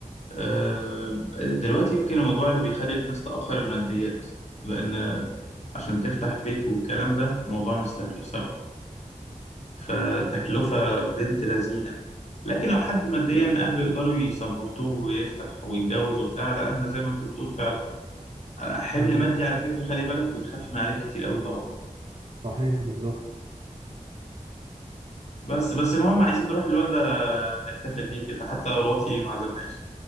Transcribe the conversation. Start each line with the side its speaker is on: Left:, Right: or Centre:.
Left: آه، دلوقتي يمكن الموضوع اللي بيخلي الناس تأخر الماديات لأن عشان تفتح بيت والكلام ده موضوع مش سهل بصراحة فتكلفة بنت لذينة لكن لو حد ماديا أهله يقدروا يسبورتوه ويفتح ويتجوز وبتاع لا أنا زي ما أنت بتقول فعلا حمل
Right: مم.
Left: مادي على فكرة خلي بالك بيتخف من عليك كتير قوي طبعا
Right: صحيح بالظبط
Left: بس بس المهم عايزين نروح للواد ده نحتفل بيه كده حتى لو الواطي ما عزمناش